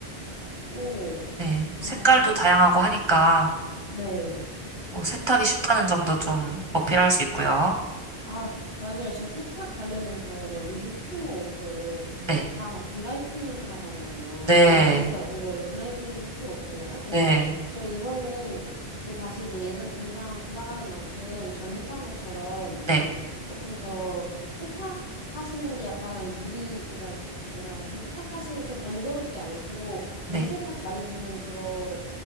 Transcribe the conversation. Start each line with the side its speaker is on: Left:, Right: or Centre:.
Left: 같고,
Right: 네. 색깔도
Left: 음,
Right: 다양하고 하니까
Left: 네.
Right: 또 세탁이 쉽다는 점도 좀 어필할 수 있고요.
Left: 아, 맞아요. 저 세탁 관련해서 뭐 요즘 쇼핑몰 옷들
Right: 네,
Left: 다 막 드라이클리닝 하라고 하잖아요.
Right: 네,
Left: 얼마 되지도 않는 거를 드라이클리닝 할 수가 없잖아요. 그래서
Right: 네.
Left: 저희 이번에 그 다시 이제 예전 공장 돌아가는 만큼 전에 했던 것처럼
Right: 네,
Left: 조금 더 세탁하시는데 약간 물이, 그러니까 뭐라 하지? 세탁하시는데 좀 번거롭지 않도록
Right: 네.
Left: 물 세탁 많이 되는 그런,